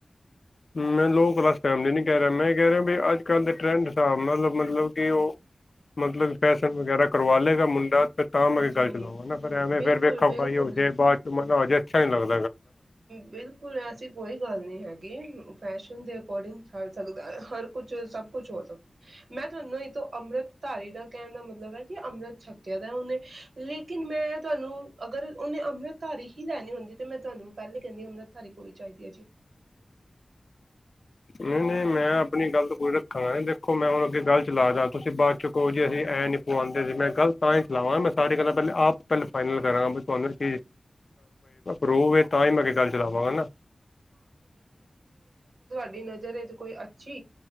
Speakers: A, on the left; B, on the right.
A: ਮੈਂ ਲੋਅ ਕਲਾਸ ਫੈਮਿਲੀ ਨ ਕਹਿ ਰਿਹਾ ਮੈਂ ਕਹਿ ਰਿਹਾ ਵੀ ਅੱਜ ਕੱਲ੍ਹ ਦੇ ਟਰੈਂਡ ਹਿਸਾਬ ਨਾਲ ਮਤਲਬ ਕਿ ਉਹ
B: ਹੈ
A: ਮਤਲਬ ਫੈਸ਼ਨ ਵਗੈਰਾ ਕਰਵਾ ਲੇਗਾ ਮੁੰਡਾ ਫਿਰ ਤਾਂ
B: ਹਾਂਜੀ
A: ਮੈਂ ਗੱਲ ਚਲਾਵਾਂ ਨਾ ਫ ਐਵੇਂ
B: ਬਿਲਕੁਲ
A: ਫੇ ਵੇਖਾ
B: ਬਿਲਕੁਲ
A: ਖਾਈ ਹੋ ਜੋ ਬਾਅਦ 'ਚ ਮ ਨਾ ਹੋ ਜਾਵੇ ਸਰੀ ਲੱਦਾ <unintelligible>
B: ਬਿਲਕੁਲ ਐਸੀ ਕੋਈ ਗੱਲ ਨਹੀਂ ਹੈਗੀ। ਫੈਸ਼ਨ ਦੇ ਅਕੋਡਿੰਗ ਚੱਲ ਸਕਦਾ ਹਰ ਕੁਛ ਸਭ ਕੁਛ ਹੋ ਸਕਦਾ ਮੈਂ ਤੁਹਾਨੂੰ ਇਹ ਤੋਂ ਅੰਮ੍ਰਿਤਧਾਰੀ ਦਾ ਕਹਿਣ ਦਾ ਮਤਲਬ ਹੈ ਕਿ ਅੰਮ੍ਰਿਤ ਛਕਿਆ ਦਾ ਉਹਨੇ ਲੇਕਿਨ ਮੈਂ ਤੁਹਾਨੂੰ ਅਗਰ ਉਹਨੇ ਅੰਮ੍ਰਿਤਧਾਰੀ ਹੀ ਲੈਣੀ ਹੁੰਦੀ ਤਾਂ ਮੈਂ ਤੁਹਾਨੂੰ ਪਹਿਲੇ ਕਹਿੰਦੀ ਅੰਮ੍ਰਿਤਧਾਰੀ ਕੁੜੀ ਚਾਹੀਦੀ ਹੈ ਜੀ।
A: ਨਹੀਂ -ਨਹੀਂ ਮੈਂ ਆਪਣੀ ਗੱਲਤ ਕੋੂਰੀ ਰੱਖਾਂਗਾ ਦੇਖੋ ਮੈਂ ਹੁਣ ਅੱਗੇ ਗੱਲ ਚਲਾ ਦ ਤੁਸੀਂ ਬਾਅਦ ਚੋਂ ਕਹੋ ਜੀ ਅਸੀਂ ਐਂ ਨੀ ਪਆਉਂਦੇ ਸੀ ਮੈਂ ਗਲਤ ਤਾਂ ਹੀ ਚਲਾਵਾਂ ਮੈਂ ਸਾਰੀ ਗੱਲਾਂ ਪਹਿਲਾਂ ਆਪ ਪਹਿਲ ਫਾਈਨਲ ਕਰਾਂਗਾ ਵੀ ਤੁਹਾਨੂੰ ਚੀਜ਼ ਰੋਵੇ ਤਾਂ ਹੀ ਮੈਂ ਅਗੇ ਗੱਲ ਚ ਚਲਾਵਾਂਗਾ ਨਾ।
B: ਤੁਡੀ ਨਜ਼ਰ 'ਚ ਕੋਈ ਅੱਛੀ